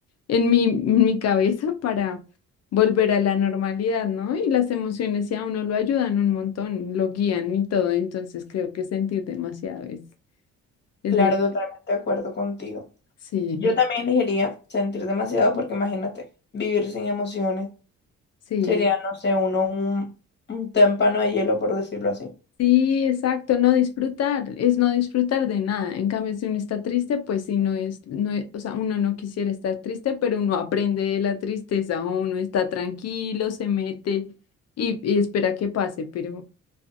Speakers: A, on the left (about 55°); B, on the left (about 35°).
A: en mi, en mi cabeza <laughs> para volver a la normalidad, ¿no? Y las emociones sí a uno lo ayudan un montón, lo guían y todo, entonces creo que sentir demasiado es, es
B: Claro,
A: mi...
B: totalmente de acuerdo contigo.
A: Sí,
B: Yo
A: <laughs>
B: también elegiría sentir demasiado porque imagínate, vivir sin emociones
A: sí.
B: sería, no sé, uno un, un témpano de hielo, por decirlo así.
A: Sí, exacto, no disfrutar, es no disfrutar de nada. En cambio, si uno está triste, pues si no es, no es- o sea, uno no quisiera estar triste, pero uno aprende de la tristeza, uno está tranquilo, se mete y, y espera que pase, pero,